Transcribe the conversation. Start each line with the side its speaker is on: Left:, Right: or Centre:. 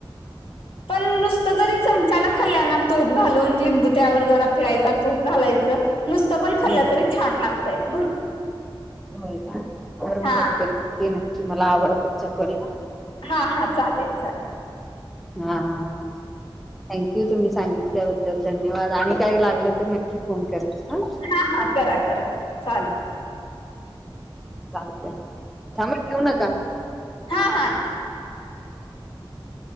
Centre: ह
Left: पण नुसतं जरी चमच्यान खाल्ल्या ना तूट घालून लिंबू त्यावर जिय
Centre: होय.
Left: चूप घालायच नुसत पण खाल्ल्या
Centre: हं.
Left: तरी छान लागतयत भरपू
Centre: हो ना कररून
Left: हा
Centre: बघते हे नक्की मला आवडतात चकोरीला
Left: हा हा चालेल चालेल
Centre: हा हा थँक्यू तुम्ही सांगितल्याबद्दल धन्यवाद आणि काही लागलं तर नक्की फोन करेन ह
Left: हा हा करा करा चाल
Centre: चालत थांबत ठेऊ नका
Left: हा हा